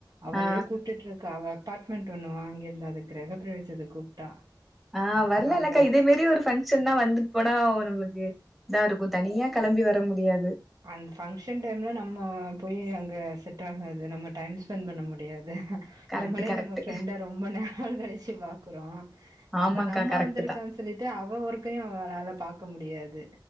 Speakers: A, on the right; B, in the centre.
A: அவளே
B: ஆ
A: கூப்டுட்ருக்கா அவ அபார்ட்மெண்ட் ஒன்னு வாங்கீருந்த அது கிரக பிரவேசத்துக் கூப்ட்டா
B: ஆஹ் வர்லால்லக்கா
A: அப்போ
B: இதே மேரி ஒரு ஃபங்க்ஷன்னா வந்துட்டு போனா ஒ நம்ளுக்கு இதாருக்கு தனியா கெளம்பி வர முடியாது
A: அந் ஃபங்க்ஷன் டைம்ல நம்ம போய் அங்க செட் ஆகாது நம்ம டைம் ஸ்பெண்ட் பண்ண முடியாது
B: கரெக்ட்
A: நம்மளே
B: கரெக்ட்
A: நம்ம ஃப்ரெண்ட ரொம்ப நாள் கழிச் சே வாக்குரோ
B: ஆமாக்கா
A: அவ நம்ம
B: கரெக்ட்
A: வந்திருக்கா
B: தா
A: சொல்லிட்டு அவ ஒர்க்கையு அவளால பாக் க்க முடியாது